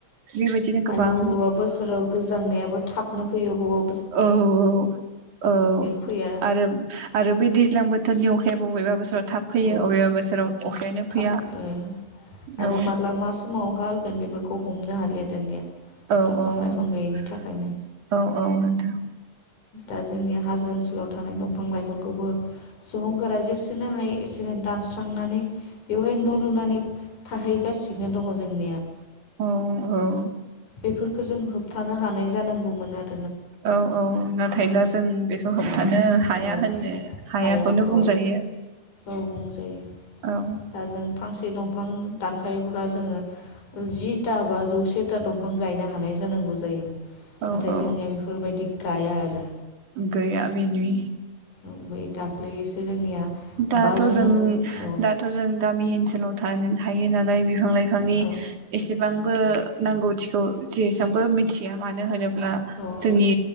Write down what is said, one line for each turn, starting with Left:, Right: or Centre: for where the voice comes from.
Right: बेबायदिनो गोबां
Left: आरो बबेबा बोसोराव गोजांनायाबो थाबनो फैयो गोबाव
Right: औ-औ-औ
Left: फैया
Right: आरो- आरो बे दैज्लां बो बोथोरनि अखायो अबेबा बोसोराव थाब फैयो
Left: औ
Right: अबेबा बोसोराव अखायानो
Left: थाब
Right: फैया
Left: ओ आरो
Right: औ
Left: माला मा समाव अहा होगोन बेफोरखौ हमनो हालिया दानिया
Right: औ-औ-औ-औ
Left: दंफां लाइफां गैयैनि थाखायनो
Right: नोंथां
Left: दा जोंनि हाजो ओनसोलाव थानाय दंफां लाइफांखौबो सुबुंफोरा जेसेनो हायो एसेनो दान स्रांनानै बेवहाय न' लुनानै थाहैगासिनो दङ जोंनिया
Right: औ-औ
Left: बेफोरखौ जों होबथानो हानाय जानांगौमोन आरो
Right: औ-औ नाथाय दा जों बेखौ होब थानो हाया
Left: औ
Right: होननो हायाखौनो
Left: हाया औ
Right: बुंजायो।
Left: औ बुंजायो
Right: औ
Left: दा जों फांसे दंफां दानफायोब्ला जोङो जिथा बा जौसेथा दंफां गायनो हानाय जानांगौ जायो नाथाय
Right: औ औ
Left: जोंनिया बेफोरबायदि गाया आरो
Right: गैया बिनि
Left: ओमफाय दाख्लैसो जोंनिया
Right: दाथ'
Left: बा जुनाव
Right: जों
Left: औ
Right: दाथ' जों गामि ओनसोलाव थानो हायो नालाय बिफां लाइ फांनि
Left: औ
Right: एसेबांबो नांगौथिखौ जेसांबो मिथिया मानो होनोब्ला ब्ला
Left: औ
Right: जोंनि